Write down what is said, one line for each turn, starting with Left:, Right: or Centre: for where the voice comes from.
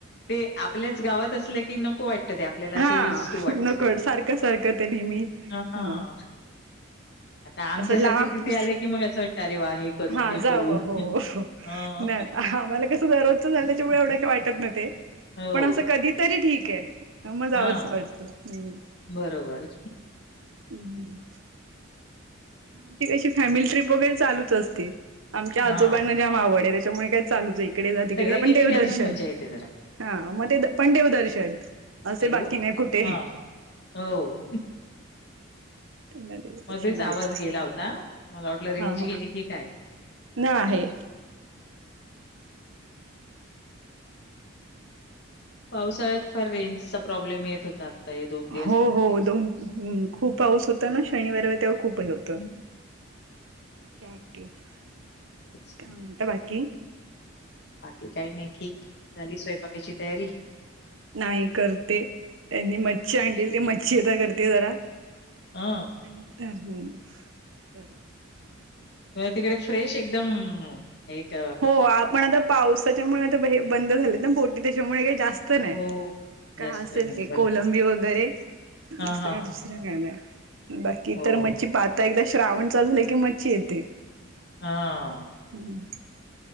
Left: ते आपल्याच गावात असलं की नको वाटतं ते आपल्याला अस
Right: हा
Left: युज टू वाटत
Right: नकळत
Left: ते.
Right: सारखं सारखं ते नेहमी
Left: हां.
Right: हा
Left: आता आमच्यासारखे
Right: असं लांब
Left: तिथे आले, की मग असं वाटतं अरे वा हे करू
Right: हा
Left: ते
Right: जावं
Left: करू.
Right: हो नाही
Left: हं.
Right: आम्हाला कसं दररोजचं झाल त्याच्यामुळे एवढं काही वाटत नाही ते.
Left: हो.
Right: पण असं कधीतरी ठीक आहे. म जावस
Left: हां.
Right: वाटत. हं
Left: बरोबर.
Right: हं, आमची कशी फॅमिली ट्रीप वगैरे चालूच असते. आमच्या
Left: हां.
Right: आजोबांना जाम आवड आहे. त्याच्यामुळे काय चालूच आहे इकडे जा तिकडे
Left: सगळे
Right: जा. पण
Left: गेले
Right: देव
Left: की अजून
Right: दर्शन.
Left: मजा येते जरा.
Right: हा म ते द पण देवदर्शन असे
Left: हॅलो?
Right: बाकी नाही कुठे.
Left: हां. हो.
Right: त्यांना देवदर्शन
Left: मध्येच आवाज
Right: भेटतं
Left: गेला होता. मला वाटलं रेंज
Right: हा
Left: गेली की काय?
Right: ना आहे.
Left: पावसाळ्यात फार रेंजचा प्रॉब्लेम येत होतात. ता ये दोन
Right: हो हो दोन अं खूप पाऊस होतं ना शनिवार रविवार तेव्हा खूप हे होतं.
Left: <unintelligible>
Right: <unintelligible>
Left: अच्छा.
Right: काय म्हणता बाकी?
Left: बाकी काही नाही ठीक. झाली स्वयंपाकाची तयारी?
Right: नाही, करते. त्यांनी मच्छी आणलेली ते मच्छी आता करते जरा.
Left: अं?
Right: त्यानंतर हं, चाल
Left: म्हणजे तिकडे फ्रेश एकदम, एक
Right: हो आपण आता पावसाच्यामुळे ब हे बंद झाले ना बोटी त्याच्यामुळे काही जास्त नाही.
Left: हो.
Right: काय
Left: जास्त
Right: असेल
Left: नाही.
Right: ते.
Left: बरं.
Right: कोलंबी वगैरे, जास्त
Left: हां, हां.
Right: काय दुसरं काय नाय. बाकी इतर
Left: हो.
Right: मच्छी पात आता एकदा श्रावण चालू झाला की मच्छी येते.
Left: हं.
Right: हं.